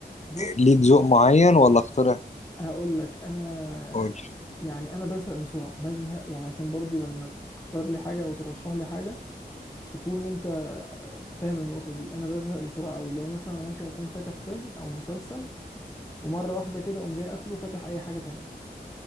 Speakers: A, on the left; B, on the left.
A: بص
B: ليك ذوق معين ولا اقترح
A: هقول لك انا
B: قول
A: يعني انا بزهق بسرعة بزهق يعني عشان برضو لما تختار لي حاجة او ترشح لي حاجة تكون انت فاهم النقطة دي انا بزهق بسرعة قوي اللي هو مثلا انا ممكن اكون فاتح فيلم او مسلسل ومرة واحدة كده اقوم جاي قافله فاتح اي حاجة تانية